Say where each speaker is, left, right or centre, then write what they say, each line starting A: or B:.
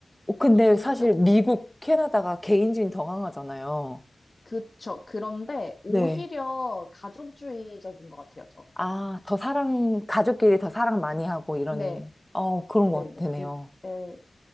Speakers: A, in the centre; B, on the left.
A: 어, 근데 사실
B: 근데
A: 미국, 캐나다가 개인주의는 더 강하잖아요.
B: 그쵸. 그런데 오히려
A: 네.
B: 가족주의적인 것 같아요, 더.
A: 아, 더 사랑, 가족끼리 더 사랑 많이 하고 이런,
B: 네.
A: 어, 그런
B: 네네.
A: 것 같으네요.
B: 이, 에,